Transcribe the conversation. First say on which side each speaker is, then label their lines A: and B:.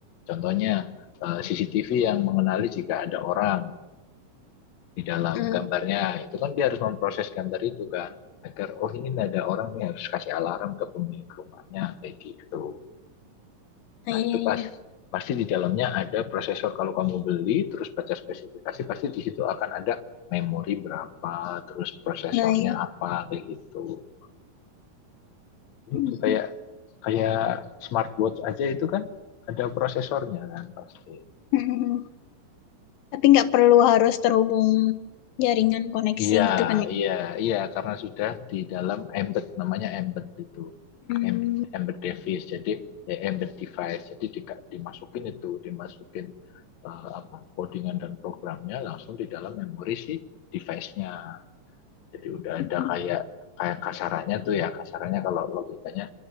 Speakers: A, on the left; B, on the left.
A: Contohnya eh, CCTV yang mengenali jika ada orang di dalam
B: Mm,
A: gambarnya, itu kan dia harus memproses gambar itu kan agar oh ini ada orang nih harus kasih alarm ke pemilik rumahnya kayak gitu.
B: nah,
A: Nah,
B: iya
A: itu pas
B: iya.
A: pasti di dalamnya ada prosesor kalau kamu beli terus baca spesifikasi pasti di situ akan ada memori berapa, terus prosesornya
B: Nah, iya.
A: apa kayak gitu.
B: <laughs>
A: Itu kayak kayak smartwatch aja itu kan ada prosesornya kan pasti.
B: Mhm. Tapi nggak perlu harus terhubung jaringan koneksi
A: Iya,
B: gitu kan ya.
A: iya, iya, karena sudah di dalam embed, namanya embed itu,
B: Hmm,
A: Em- embed device, jadi ya, embed device, jadi dika- dimasukin itu, dimasukin eh, apa codingan dan programnya langsung di dalam memori si device-nya. Jadi udah
B: Mhm.
A: ada kayak kayak kasarannya tuh ya, kasarannya kalau logikanya